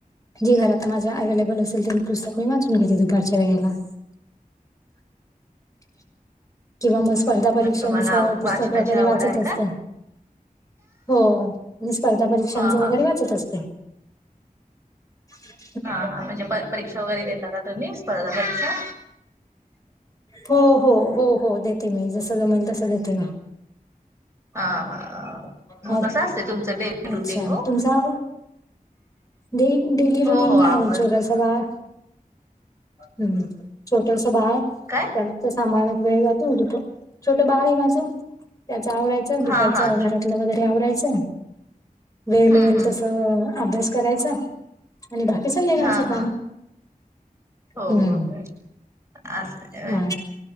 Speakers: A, on the left; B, on the right.
A: जे घरात माझ्या अवेहेलेबल असेल, ते पुस्तक मी वाचून घेते दुपारच्या वेळेला. <inaudible> किंवा मग स्पर्धा परीक्षांच
B: तुम्हाला आव
A: पुस्तक
B: वाचनाची
A: वगैरे
B: आवड
A: वाचत
B: आहे का?
A: असते. हो, मी स्पर्धा परीक्षांच
B: हा
A: वगैरे
B: हा
A: वाचत असते. <unintelligible>
B: हा हा, म्हणजे प परीक्षा वगैरे देेता का तुम्ही, स्पर्धा परीक्षा?
A: हो हो हो हो, देते मी जसं जमेल तसं देते मी.
B: हा हा, मग
A: अ
B: कसं असतंय तुमचं डेली
A: अच्छा
B: रुटीन ओ?
A: तुमचा डे डेली रुटीन
B: हो
A: काय
B: आवड
A: नाही, छोटसं बाळ हम्म छोटसं बाळ
B: काय
A: घरातलं सांभाळण्यात वेळ जातो, त छोटं बाळ आहे माझं. त्याचं आवरायचं, दुपारचं
B: हा हा
A: घरा ल वगैरे आवरायचं,
B: हम्म
A: वेळ मिळेल
B: हम्म
A: तसं अभ्यास करायचा आणि बाकी संध्याकाळचं
B: हा
A: काम.
B: हा हो
A: हम्म
B: हो हो, असं आहे होय,
A: हा